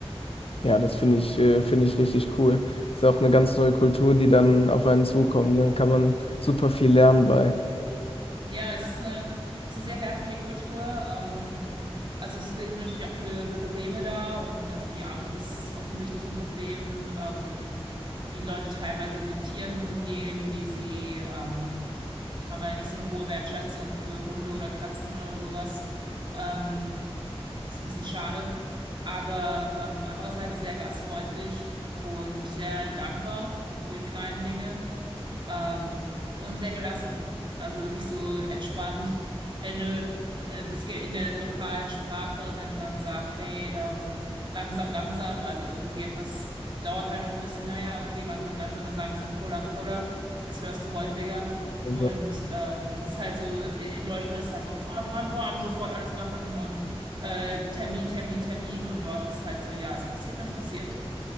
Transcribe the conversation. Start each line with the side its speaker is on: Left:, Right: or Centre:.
Left: Ja, das finde ich, äh, finde ich richtig cool. Ist ja auch eine ganz neue Kultur, die dann auf einen zukommt. Dann kann man super viel lernen bei.
Right: Ja, es ist eine, es ist eine sehr herzliche Kultur. Ähm, also es gibt natürlich auch viele Probleme da und also die Armut ist offensichtlich ein Problem, ähm, wie Leute teilweise mit Tieren umgehen, wie sie ähm, haben halt nicht so eine hohe Wertschätzung für Hunde oder Katzen oder sowas. Ähm, ist ein bisschen schade, aber ähm, andererseits sehr gastfreundlich und sehr dankbar für die kleinen Dinge ähm, und sehr gelassen. Also wirklich so entspannt. Wenn du, äh, das geht in der lokalen Sprache, wenn man sagt, hey, ähm, langsam, langsam, also irgendwie etwas dauert halt noch ein bisschen, naja, okay, langsam, langsam, dann sagen sie Mpola, Mpola. Das hörst du häufiger.
Left: Also,
Right: Und ähm, das ist halt so, in Deutschland ist halt so, bam, bam, bam, sofort alles machen und äh, Termin, Termin, Termin. Und dort ist halt so, ja, es passiert, wenn es passiert.